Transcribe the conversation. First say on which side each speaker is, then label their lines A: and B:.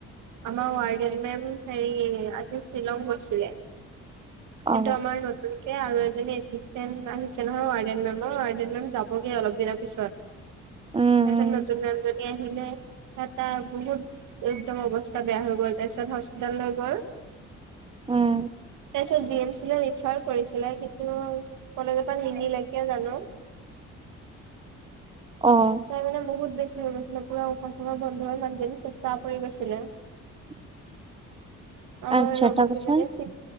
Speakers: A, on the right; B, on the right.
A: আমাৰ ৱয়াডেল মেম- হেৰি আজি শ্বিলং গৈছিলে। কিন্তু
B: অ
A: আমাৰ নতুন কে আৰু এজনী এছিষ্টেণ্ট আহিছে নহয় ৱাৰ্ডেন মেমৰ, ৱাৰ্ডেন মেম যাবগৈ অলপ দিনৰ পিছত।
B: <unintelligible>
A: তাৰপিছত
B: উম
A: নতুন মে'মজনী আহিলে। তাত- তা বহুত একদম অৱস্থা বেয়া হৈ গ'ল তাৰপিছত- <unintelligible> তাৰপিছত
B: উম
A: জি এম চি লৈ ৰিফাৰ কৰিছিলে কিন্তু কলেজৰ পৰা নিনিলে কিয় জানোঁ।
B: অঁ।
A: তাৰ মানে বহুত বেছি হৈ গৈছিলে। পুৰা উশাহ চুশাহ বন্ধ হৈ মানুহজনী চেঁচা পৰি গৈছিলে।
B: <unintelligible>
A: আমাৰ
B: আচ্ছা
A: লগৰ
B: তাৰপিছত
A: কেইজনীয়ে মানে